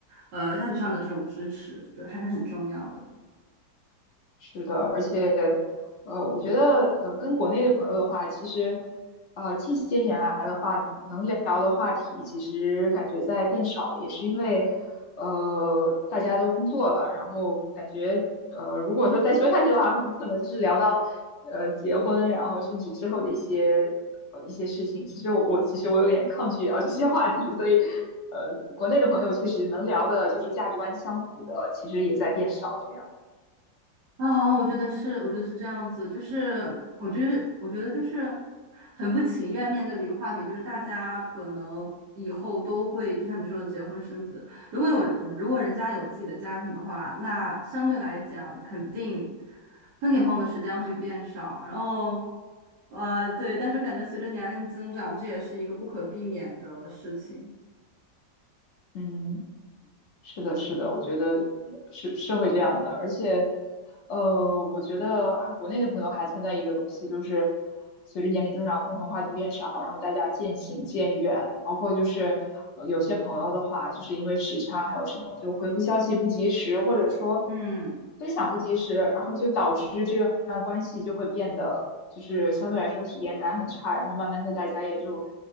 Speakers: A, on the right (about 65°); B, on the left (about 65°).
A: 呃，价值上的这种支持，对，还是很重要的。
B: 是的，而且，呃，我觉得，呃，跟国内的朋友的话，其实，呃，近些年来的话，能聊的话题其实感觉在变少，也是因为，呃，大家都工作了，然后感觉，呃，如果说再说下去的话，很可能就是聊到，呃，结婚，然后甚至之后的一些，呃，一些事情。其实我我其实我有点抗拒聊这些话题，所以，呃，国内的朋友确实能聊的，就是价值观相符的，其实也在变少，这样，
A: 啊，我觉得是，我觉得是这样子，就是我觉得，我觉得就是很不情愿面对的一个话题，就是大家可能以后都会，就像你说的，结婚生子。如果有，如果人家有自己的家庭的话，那相对来讲，肯定分给朋友的时间会变少。然后，呃，对，但是感觉随着年龄的增长，这也是一个不可避免的事情。
B: 嗯。是的，是的，我觉得是是会这样的，而且，呃，我觉得还国内的朋友还存在一个东西，就是随着年龄增长，共同话题变少，然后大家渐行渐远，包括就是呃有些朋友的话，就是因为时差还有什么，就回复消息不及时，或者说
A: 嗯。
B: 分享不及时，然后就导致这段关系就会变得就是相对来说体验感很差，然后慢慢的大家也就